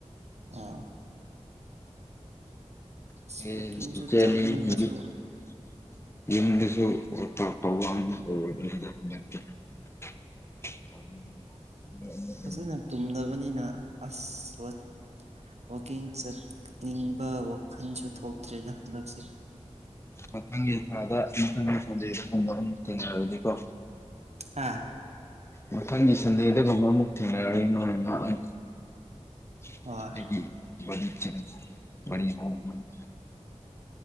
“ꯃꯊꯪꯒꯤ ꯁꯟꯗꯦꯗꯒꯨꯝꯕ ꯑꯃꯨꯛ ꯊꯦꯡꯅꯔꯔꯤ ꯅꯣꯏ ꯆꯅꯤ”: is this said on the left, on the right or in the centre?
Left